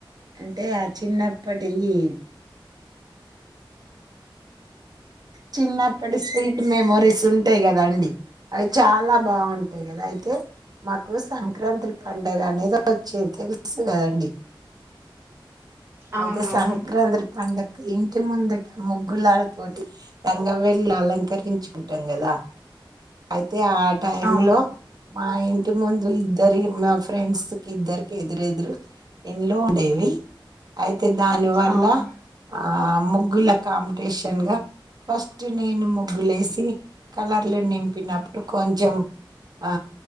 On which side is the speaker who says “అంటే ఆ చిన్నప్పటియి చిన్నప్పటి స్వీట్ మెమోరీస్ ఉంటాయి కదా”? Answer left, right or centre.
Right